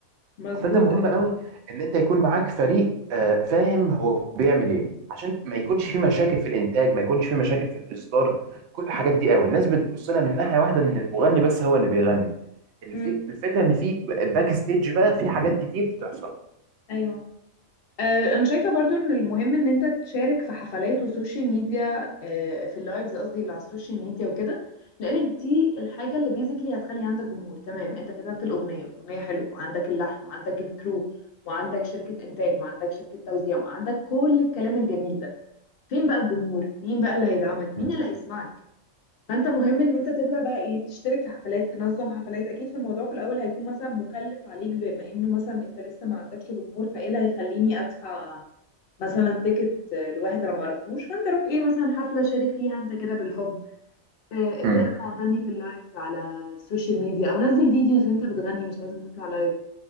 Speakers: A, on the left; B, on the right.
A: مظبوط
B: فانت مهم
A: ايوه
B: قوي ان انت يكون معاك فريق آه، فاهم هو بيعمل ايه عشان ما يكونش في مشاكل في الانتاج ما يكونش في مشاكل في الاصدار كل الحاجات دي قوي الناس بتبص لها من ناحيه واحده ان المغني بس هو اللي بيغني الفك-
A: امم
B: الفكره ان في باك ستيج بقى في حاجات كتير بتحصل
A: ايوه آه، انا شايفه برضو ان المهم ان انت تشارك في حفلات وسوشيال ميديا آه، في اللايفز قصدي اللي على السوشيال ميديا وكده لان دي الحاجه اللي بيزيكلي هتخلي عندك جمهور تمام انت كتبت الاغنيه والاغنيه حلوه وعندك اللحن وعندك الكرو وعندك شركه انتاج وعندك شركه توزيع وعندك كل الكلام الجميل ده فين بقى الجمهور مين بقى اللي هيدعمك
B: مم.
A: مين اللي هيسمعك فانت مهم ان انت تبدا بقى ايه تشترك في حفلات تنظم حفلات اكيد في الموضوع في الاول هيكون مثلا مكلف عليك بما انه مثلا انت لسه ما عندكش جمهور فايه اللي هيخليني ادفع مثلا تيكت لواحد انا معرفوش فانت روح ايه مثلا حفله شارك فيها انت كده بالحب آه، ابدا
B: مم.
A: انت غني في اللايفز على السوشيال ميديا او نزل فيديوز وانت بتغني مش لازم تطلع لايف